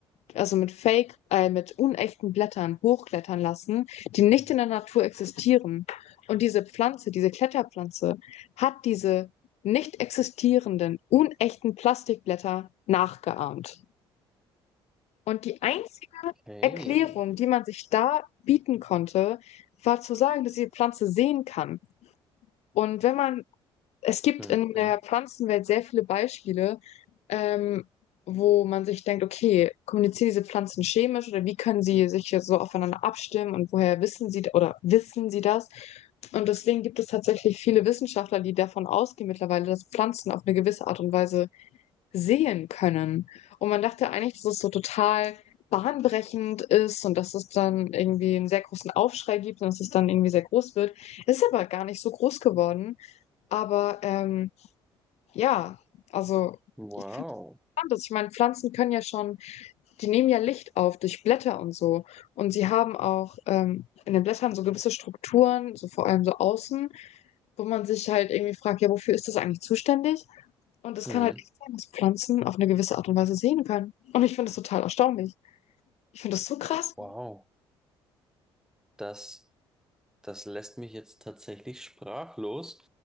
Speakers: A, on the left; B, in the centre.
A: also mit Fake, äh, mit unechten Blättern hochklettern lassen, die nicht
B: Mhm.
A: in der Natur existieren. Und diese Pflanze, diese Kletterpflanze, hat diese nicht existierenden, unechten Plastikblätter nachgeahmt. Und die einzige
B: Okay.
A: Erklärung, die man sich da bieten konnte, war zu sagen, dass die Pflanze sehen kann. Und wenn man es gibt
B: Mhm.
A: in der Pflanzenwelt sehr viele Beispiele, ähm, wo man sich denkt, okay, kommunizieren diese Pflanzen chemisch oder wie können sie sich hier so aufeinander abstimmen und woher wissen sie oder wissen sie das? Und deswegen gibt es tatsächlich viele Wissenschaftler, die davon ausgehen mittlerweile, dass Pflanzen auf eine gewisse Art und Weise sehen können. Und man dachte eigentlich, dass es so total bahnbrechend ist und dass es dann irgendwie einen sehr großen Aufschrei gibt und dass es dann irgendwie sehr groß wird. Ist aber gar nicht so groß geworden. Aber ähm, ja, also
B: Wow.
A: ich finde es interessant, dass ich meine, Pflanzen können ja schon, die nehmen ja Licht auf durch Blätter und so. Und sie haben auch ähm, in den Blättern so gewisse Strukturen, so vor allem so außen, wo man sich halt irgendwie fragt, ja, wofür ist das eigentlich zuständig? Und es
B: Mhm.
A: kann halt echt sein, dass Pflanzen auf eine gewisse Art und Weise sehen können. Und ich finde das total erstaunlich. Ich finde das so krass.
B: Wow. Das, das lässt mich jetzt tatsächlich sprachlos.